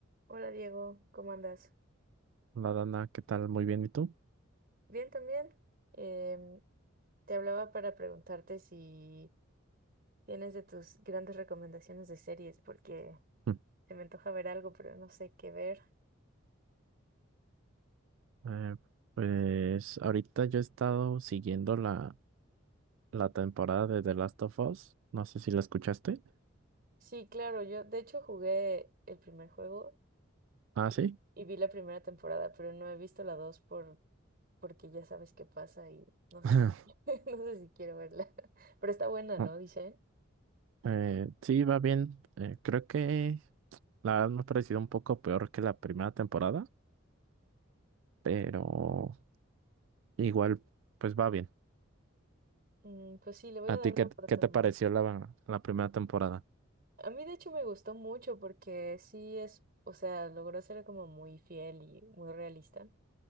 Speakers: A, on the right; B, on the right.
A: Hola Diego, ¿cómo andas?
B: Hola Dana, ¿qué tal? Muy bien, ¿y tú?
A: Bien también. Em, te hablaba para preguntarte si tienes de tus grandes recomendaciones de series, porque
B: Mm.
A: se me antoja ver algo, pero no sé qué ver.
B: Eh, pues ahorita yo he estado siguiendo la, la temporada de The Last of Us. No sé si la escuchaste.
A: Sí, claro, yo de hecho jugué el primer juego
B: Ah,
A: y,
B: sí.
A: y vi la primera temporada, pero no he visto la dos por, porque ya sabes qué pasa y no sé
B: <laughs>
A: si, <laughs> no sé si quiero verla. <laughs> Pero está buena,
B: No,
A: ¿no? Dicen.
B: eh, sí, va bien. Eh, creo que la verdad me ha parecido un poco peor que la primera temporada, pero igual, pues va bien.
A: Mm, pues sí, le voy
B: ¿A
A: a dar
B: ti
A: una
B: qué,
A: oportunidad.
B: qué te pareció la, la primera temporada?
A: A mí de hecho me gustó mucho porque sí es, o sea, logró ser como muy fiel y muy realista.